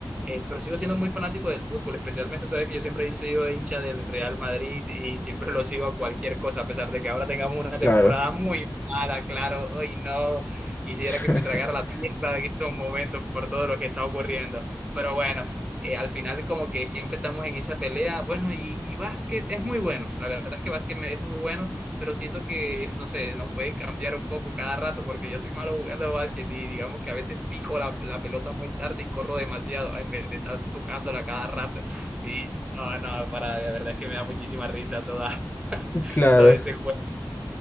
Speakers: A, on the right; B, on the left.
A: eh, pero sigo siendo muy fanático del fútbol, especialmente, sabes que yo siempre he sido hincha del Real Madrid y siempre lo sigo a cualquier cosa, a pesar de que ahora tengamos una temporada
B: Claro,
A: muy mala, claro, hoy no, quisiera
B: <laughs>
A: que me tragara la tierra en estos momentos por todo lo que está ocurriendo, pero bueno eh, al final como que siempre estamos en esa pelea. Bueno, y, y básquet es muy bueno. La verdad es que básquet me- es muy bueno, pero siento que, no sé, nos puede cambiar un poco cada rato porque yo soy malo jugando básquet y digamos que a veces pico la, la pelota muy tarde y corro demasiado en vez de estar tocándola cada rato. Y no, no, para, la verdad es que me da muchísima risa toda, <laughs>
B: claro.
A: todo ese juego.